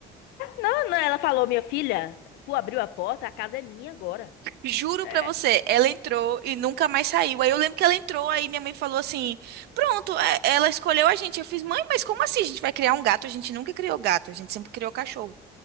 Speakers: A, on the left (about 85°); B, on the right (about 75°).
A: Não, não, ela falou, minha filha, tu abriu a porta, a casa é minha agora.
B: Juro
A: É,
B: pra você, ela entrou e nunca mais saiu. Aí eu lembro que ela entrou, aí minha mãe falou assim: Pronto, é- ela escolheu a gente. Eu fiz, mãe, mas como assim? A gente vai criar um gato? A gente nunca criou gato, a gente sempre criou cachorro.